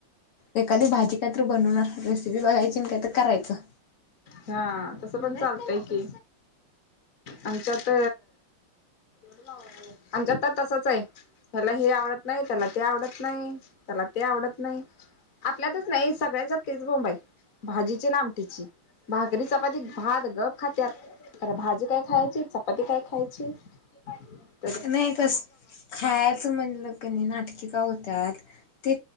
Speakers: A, on the left; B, on the left.
A: एखादी भाजी काहीत बनवणार रेसिपी बघायची आणि काही तर करायचं
B: हा तसं पण चालतंय की आमच्यात. <inaudible> आमच्यात तर तसच आहे त्याला हे आवडत नाही त्याला ते आवडत नाही त्याला ते आवडत नाही आपल्यातच नाही सगळ्यांच्यात तेच बोंब हाय भाजीची आणि आमटीची भाकरी चपाती भात गप खात्यात खरं भाजी काय खायची चपाती काय खायची हे पाहिजे ग
A: नाही कस खायचं म्हणलं कनय नाटकि का होत्यात ते